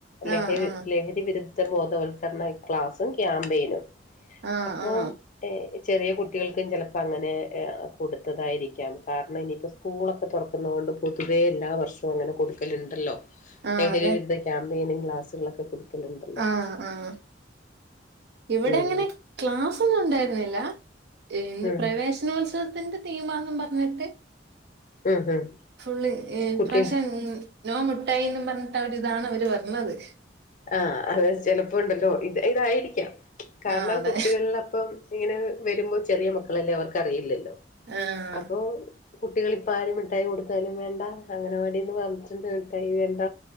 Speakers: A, on the left; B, on the right.
A: ലഹരി
B: ആഹ് ആഹ്
A: ലഹരി വിരുദ്ധ ഇത്തർബോധവൽക്കരണ ക്ലാസും ക്യാമ്പയിനും
B: ആഹ്
A: അപ്പം
B: ആഹ്
A: ഏഹ് ചെറിയ കുട്ടികൾക്കും ചിലപ്പോം അങ്ങനെ കൊടുത്തതായിരിക്കാം കാരണം ഇനിയിപ്പോൾ സ്കൂളൊക്കെ തുറക്കുന്ന കൊണ്ട് പൊതുവേ എല്ലാ വർഷവും അങ്ങനെ കൊടുക്കലുണ്ടല്ലോ
B: ആഹ്
A: ലഹരിവിരുദ്ധ
B: അതെ
A: ക്യാമ്പയിന് ക്ലാസ്സുകൾ കൊടുക്കലുണ്ടല്ലോ
B: ആഹ് ആഹ് ഇവിടെ
A: ഉം
B: അങ്ങനെ ക്ലാസൊന്നും ഉണ്ടായിരുന്നില്ല ഇന്ന്
A: ഉം
B: പ്രവേശനോത്സവത്തിന്റെ തീമാന്നും പറഞ്ഞിട്ട്
A: ഉം ഉം
B: ഫു ളി എ
A: കുട്ടിക
B: <unintelligible> മുട്ടായിന്ന് പറഞ്ഞിട്ട് അവരിതാണ് അവര് വരണത്
A: ആ അത് ചെലപ്പോണ്ടല്ലോ ഇത് ഇതായിരിക്കാം കാരണം
B: ആഹ് അതെ
A: കുട്ടികളിലപ്പം ഇങ്ങനെ വരുമ്പോൾ ചെറിയ മക്കളല്ലേ അവർക്ക് അറിയില്ലല്ലോ
B: ആഹ്
A: അപ്പൊ കുട്ടികള് ഇപ്പ ആരും മിഠായി കൊടുത്താലും വേണ്ട അങ്ങനവാടിന്ന് പറഞ്ഞിടുണ്ട് മിഠായി വേണ്ട